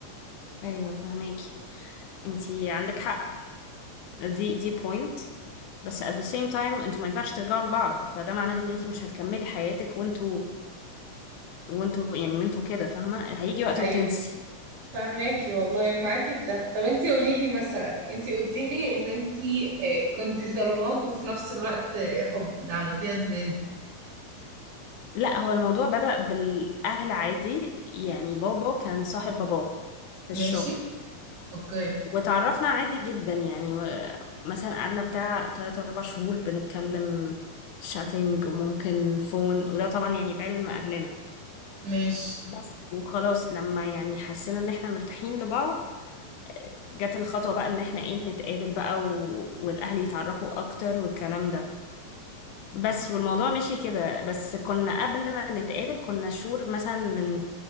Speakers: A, on the left (about 75°); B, on the right (about 85°).
A: ايوه فهماكي انتي عندك حق دي دي بوينت بس at the same time انتوا ما ينفعش ترجعوا لبعض فده معناه ان انتي مش هتكملي حياتك وانتوا وانتوا يعني وانتوا كده فاهمه هيجي وقت
B: أيوة.
A: وتنسي
B: فهماكي والله ومعاكي في ده طب انتي قوليلي مثلا انتي قلتيلي ان انتي آه، كنتي صالونات وفي نفس الوقت آه، حب ده عملتيها ازاي
A: لا هو الموضوع بدأ بالاهل عادي يعني بابا كان صاحب باباه في
B: ماشي
A: الشغل
B: اوكي
A: وتعرفنا عادي جدا يعني و- مثلا قعدنا بتاع تلات أربع شهور بنتكلم شاتنج وممكن فون وده طبعا يعني بعلم أهلنا
B: ماشي
A: بس وخلاص لما يعني حسينا ان احنا مرتاحين لبعض جت الخطوة بقى ان احنا ايه نتقابل بقى و... والأهل يتعرفوا أكتر والكلام ده بس والموضوع مشي كده بس كنا قبل ما نتقابل كنا شور مثلا من